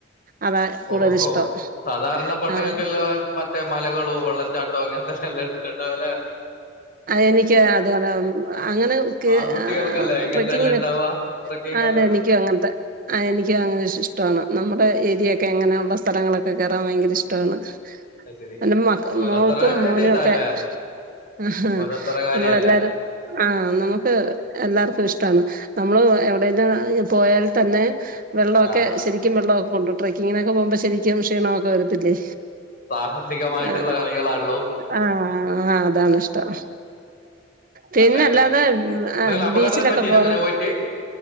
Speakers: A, on the right (about 45°); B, on the left (about 45°).
A: അതാ കൂടുതൽ
B: ഓഹോ
A: ഇഷ്ടം
B: സാദാരണ പെണ്ണുങ്ങൾക്കെല്ലാ
A: ആ
B: മറ്റേ മലകളോ വെള്ളച്ചാട്ടോ അങ്ങനത്തെ എല്ലാം ഇ ഉണ്ടാവുല്ലെ
A: എനിക്ക് അതുപൊലെ അങ്ങനെ കേ
B: ആൺകുട്ടികൾക്കല്ലേ ഇങ്ങനത്തെല്ലാം
A: ട്രക്കിങ്ങിന്
B: ഉണ്ടാവാ ട്രക്കിങ്
A: അതെ
B: എല്ലാം
A: എനിക്കഅങ്ങനത്തെ ആ എനക്ക് അങ്ങന ഇഷ്ടമാണ് നമ്മുടെ ഏ യേക്കെ അങ്ങനെയുള്ള സ്ഥലങ്ങളൊക്കെ കേറാൻ ഭയങ്കര ഇഷ്ടാണ്
B: അത് ശരി
A: എന്റെ മക്ക
B: ഓരോരുത്തരെ
A: മോൾക്കും മോനും
B: ഇത് ഇതാല്ലേ
A: ഒക്കെ ആ
B: ഓരോരുത്തരെ കാര്യല്ലേ
A: നമ്മളെല്ലാരും ആ നമുക്ക് എല്ലാർ ഇഷ്ടമാണ് നമ്മള് എവിടെലും പോയാൽ തന്നെ വെള്ളമൊക്കെ
B: ആഹ്
A: ശരിക്കും വെള്ളം ക്കൊണ്ട് ട്രക്കിങ്ങിനൊക്കെ പോകുമ്പോ ശരിക്കും ക്ഷീണമൊക്കെ വരത്തില്ലേ
B: സാഹസികമായിട്ടുള്ള
A: ആ
B: കളികളാള്ളൂ
A: ആഹ് ആ് അതാണ് ഇഷ്ടം പിന്നെല്ലാതെ
B: നല്ലതന്നെ എന്തെങ്കിലും
A: ആ
B: അപകടം
A: ബീച്ചിലൊക്കെ
B: പറ്റീനോ
A: പോവാറുണ്ട്
B: അങ്ങനെ പോയിട്ട്